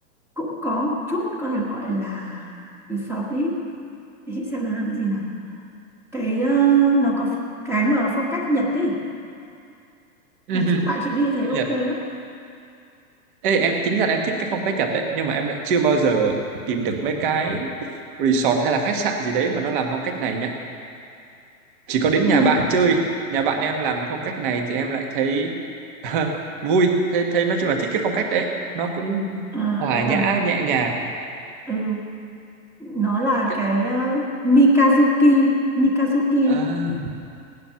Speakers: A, in the centre; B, on the right.
A: cũng có một chút có thể gọi là resort ý để chị xem nó là cái gì nào cái ờ, nó có cái mà phong cách Nhật ý
B: Ừm,
A: đợt trước bạn chị đi thấy
B: cái
A: ok
B: Nhật
A: lắm
B: Ê, em tính ra là em thích cái phong cách Nhật đấy nhưng mà em lại chưa bao giờ tìm được mấy cái resort hay là khách sạn gì đấy mà nó làm phong cách này nhá chỉ có đến
A: ừ.
B: nhà bạn chơi nhà bạn em làm cái phong cách này thì em lại thấy <laughs> vui thế thế nói chung là thích cái phong cách đấy nó cũng
A: à,
B: hòa
A: đây
B: nhã
A: rồi
B: nhẹ nhàng
A: ừ. nó là
B: Cái- cái-
A: cái ờ, Mikazuki Mikazuki
B: à,